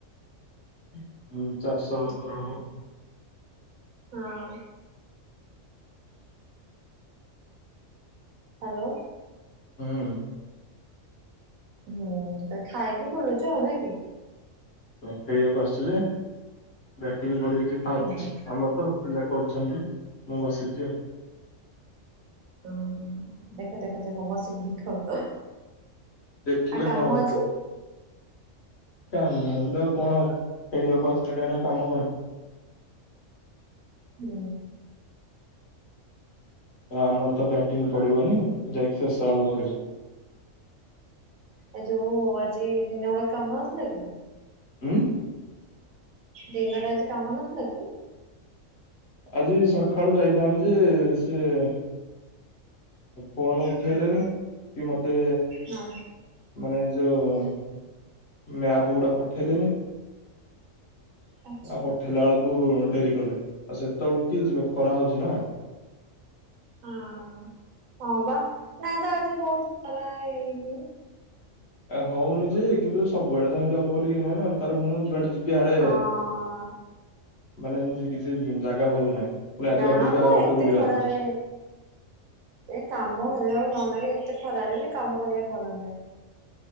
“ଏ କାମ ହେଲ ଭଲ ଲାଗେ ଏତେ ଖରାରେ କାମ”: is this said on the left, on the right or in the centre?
Right